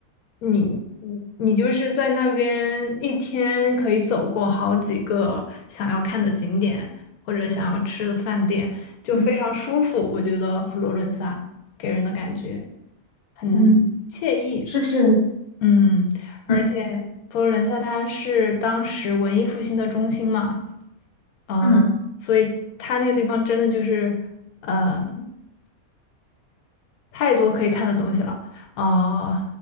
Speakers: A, on the left; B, on the left.
A: 你你你就是在那边一天可以走过好几个想要看的景点或者想要吃的饭店，就非常舒服。
B: 嗯
A: 我觉得佛罗伦萨给人的感觉很惬意。
B: 嗯是不是？
A: 嗯，而且。
B: 嗯，
A: 佛罗伦萨它是当时文艺复兴的中心嘛，呃，
B: 嗯，
A: 所以它那个地方真的就是呃太多可以看的东西了，呃，